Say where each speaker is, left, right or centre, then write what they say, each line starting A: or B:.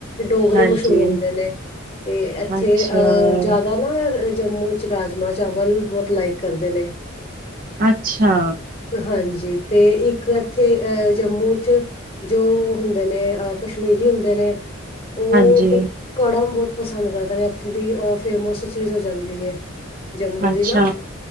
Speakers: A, on the left; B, on the right.
A: ਡੋਗਰੇ
B: ਹਾਂਜੀ-ਹਾਂਜੀ
A: ਮਸ਼ਹੂਰ ਹੁੰਦੇ ਨੇ ਤੇ ਇੱਥੇ
B: ਅੱਛਾ-ਅੱਛਾ
A: ਅ ਜਾਦਾ ਨਾ ਜੰਮੂ ਚ ਰਾਜਮਾਂ- ਚਾਵਲ ਬਹੁਤ ਲਾਈਕ ਕਰਦੇ ਨੇ।
B: ਅੱਛਾ।
A: ਹਾਂਜੀ ਤੇ ਇੱਕ ਇੱਥੇ ਜੰਮੂ ਚ ਜੋ ਹੁੰਦੇ ਨੇ ਕਸ਼ਮੀਰੀ ਹੁੰਦੇ ਨੇ ਉਹ
B: ਹਾਂਜੀ
A: ਓ ਕੜਮ ਬਹੁਤ ਪਸੰਦ ਕਰਦੇ ਨੇ ਇੱਥੇ ਦੀ ਅ ਫੇਮਸ ਚੀਜ਼ ਹੋ ਜਾਂਦੀ ਏ। ਜੰਮੂ
B: ਅੱਛਾ।
A: ਦੀ ਨਾ,